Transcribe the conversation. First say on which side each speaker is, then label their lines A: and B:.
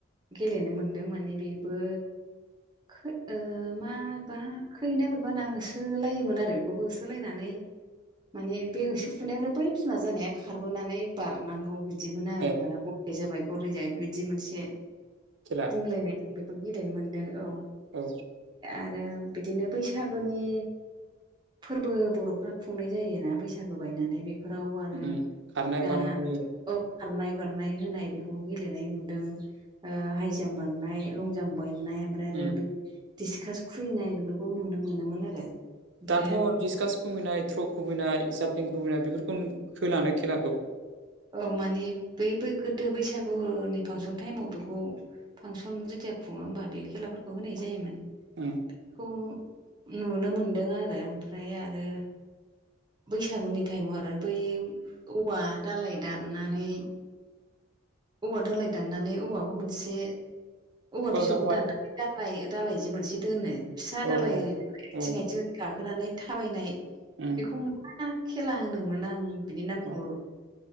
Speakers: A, on the right; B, on the right.
A: गेलेनो मोन्दों माने बेबो खै ओ मा बा खै ना बोरैबा ना होसोलायोमोन आरो बेखौबो होसोलायनानै माने बे होसो फुनायावनो बै बिमा जानाया खारबोनानै बारनांगौ बि दि मोना आरो
B: ए
A: होमबाना गरनै जाबाय गरनै जाब बिदि मोनसे
B: खेला
A: बुंलायनाय जों बेखौ गेलेनो मोनदों औ
B: औ
A: आरो बिदिनो बैसागुनि फोरबो बर'फ्रा खुंनाय जायोना बैसागु बायनानै बे बे फोराव आरो
B: उम खारनाय
A: दा
B: बारनाय
A: औ खारनाय बारनाय होनाय बेखौ गेलेनाय नुदों हाइ जाम्प बारनाय लं जाम्प बायनाय ओमफ्राय
B: उम
A: आरो डिसकास खुैनाय बेफोरखौ नुनो मोनोमोन आरो। ओमफ्राय
B: दाथ' डिसकास खुबैनाय थ्र' खुबैनाय जाफ्लिं खुबैनाय बेफोरखौ होलानो खेलाखौ
A: औ मानिे बै बै गोदो बैसागुनि फांसन टाइमाव बेखौ फांसन जेथिया खुङो होमबा बे खेलाफोरखौ होनाय जायोमोन।
B: उम
A: बेखौ नुनो मोनदों आरो ओमफ्राय आरो बैसागुनि टाइमाव आरो बै औवा दालाय दाननानै औवा दालाय दाननानै औवाखौ मोनसे औवा बिजौखौ
B: औ जाखांबाय
A: दाननानै दालाय दालाय जि मोनसे दोनो फिसा
B: औ
A: दालाय
B: औ
A: ओरै आथिं
B: औ
A: आथिं गाखोनानै थाबायनाय
B: उम
A: उम मा खेला होनोमोन आं बिनि नामखौ
B: औ